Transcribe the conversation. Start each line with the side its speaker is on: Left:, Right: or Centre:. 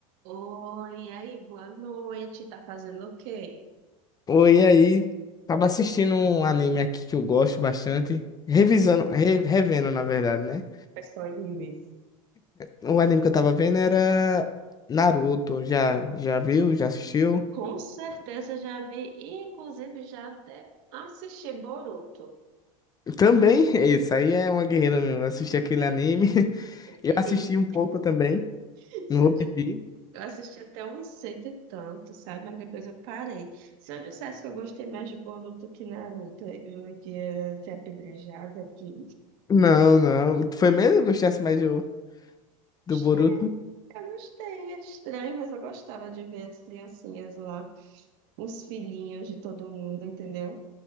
Right: Oi, e aí, boa noite. Tá fazendo o quê?
Left: Oi, e aí? Tava assistindo um anime aqui que eu gosto bastante. Revisando,
Right: Com anime.
Left: re- revendo, na verdade, né?
Right: Mas com anime.
Left: O anime que eu tava vendo era Naruto. Já, já viu? Já assistiu?
Right: Com certeza já vi, e, inclusive já até assisti Boruto.
Left: Também, <laughs> isso aí é uma guerreira mesmo. Eu assisti aquele anime. <laughs> Eu
Right: E-
Left: assisti
Right: e-
Left: um pouco também.
Right: <laughs> se
Left: Não vou
Right: Eu di-
Left: mentir.
Right: eu assisti até uns cento e tanto, sabe? Mas depois eu parei. Se eu dissesse que eu gostei mais de Boruto do que Naruto, eu ia ser apedrejada aqui.
Left: Não, não. Foi mesmo que eu gostasse mais do, do
Right: Gostei,
Left: Boruto?
Right: eu gostei. É estranho, mas eu gostava de ver as criancinhas lá, os filhinhos de todo mundo, entendeu?